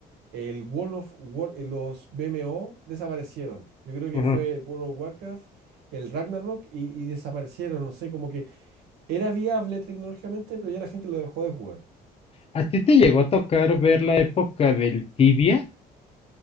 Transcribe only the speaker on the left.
ajá.
¿A ti te llegó a tocar ver la época del Tibia?